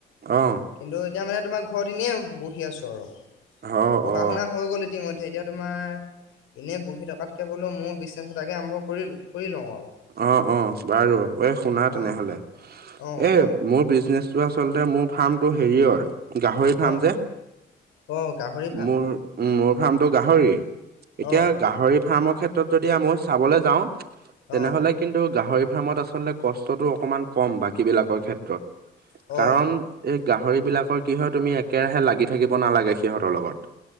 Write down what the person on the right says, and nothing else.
অ'।
অ
অ
অ', অ', বাৰু এ শুনা
তেনেহ'লে,
এ
মোৰ বিজনেচ আচলতে মোৰ ফাৰ্মটো হেৰিয়ৰ গাহৰি ফাৰ্ম
যে,
মোৰ উম, মোৰ ফাৰ্মটো গাহৰি।
এতিয়া গাহৰি ফাৰ্মৰ ক্ষেত্ৰত যদি মই চাবলৈ যাওঁ
তেনেহ'লে কিন্তু গাহৰি ফাৰ্মত আচলতে কষ্টটো অকণমান কম, বাকী বিলাকৰ ক্ষেত্ৰ ত্ৰত
কাৰণ এই গাহৰি বিলাকৰ কি হয়, তুমি একেৰাহে লাগি থাকিব নালাগে সিহঁতৰ লগত।